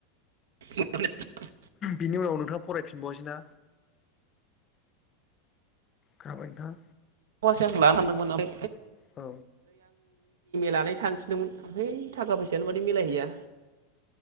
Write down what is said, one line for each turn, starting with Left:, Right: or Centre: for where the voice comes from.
Right: <unintelligible>
Left: बिनि उनाव नोंथाङा फरायफिनबावासै ना? खोनाबाय नोंथां
Right: <unintelligible> नै आं एम ए
Left: औ
Right: लानाय सानफिनदोंमोन हैै थाखा फैसायानो माथो मिलायहैया।